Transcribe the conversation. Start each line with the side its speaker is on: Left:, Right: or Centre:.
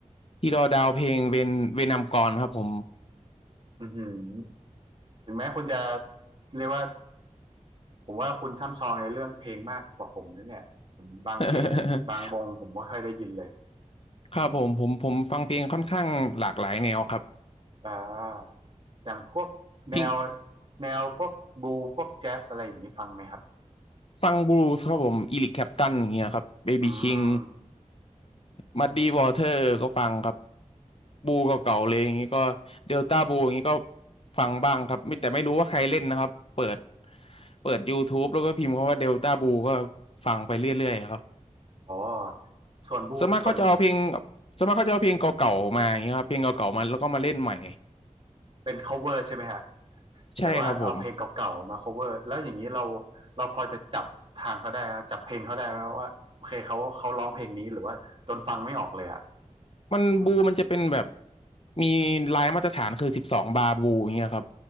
Left: ทีดอดาวเพลงเวนเวนามกรครับผม
Right: อือหือถึงแม้คุณจะเรียกว่าผมว่าคุณช่ำชองในเรื่องเพลงมากกว่าผมนะเนี่ยผมบางเพลงบางวงผมไม่เคยได้ยินเลย
Left: <laughs>
Right: อืม
Left: ครับผมผมผมฟังเพลงค่อนข้างหลากหลายแนวครับ
Right: อ่าอย่างพวกแนว
Left: พิง
Right: แนวพวกบลูพวกแจ๊สอะไรอย่างนี้ฟังไหมครับ
Left: ฟังบลูส์ครับผมอีริกแคลปตันอย่างเงี้ยครับเบบี้คิง
Right: อืม
Left: มัดดีวอเตอร์ก็ฟังครับบูเก่าๆเลยอย่างนี้ก็เดลต้าบูอย่างนี้ก็ฟังบ้างครับไม่แต่ไม่รู้ว่าใครเล่นนะครับเปิดเปิด YouTube แล้วก็พิมพ์คำว่าเดลต้าบูก็ฟังไปเรื่อยๆครับ
Right: อ๋อส่วนบูส่วน
Left: ส่วนมากเขาจะเอาเพลงส่วนมากเขาจะเอาเพลงเก่าๆมาอย่างนี้ครับเพลงเก่าๆมาแล้วก็มาเล่นใหม่
Right: เป็น cover ใช่ไหมฮะ
Left: ใช่ครับผม
Right: แบบว่าเอาเพลงเก่าๆมา cover แล้วอย่างนี้เราเราพอจะจับทางเขาได้นะจับเพลงเขาได้ไหมว่าโอเคเขาเขาร้องเพลงนี้หรือว่าจนฟังไม่ออกเลยอ่ะ
Left: มันบูมันจะเป็นแบบ
Right: อืม
Left: มีลายมาตรฐานคือสิบสองบาบูอย่างเงี้ยครับ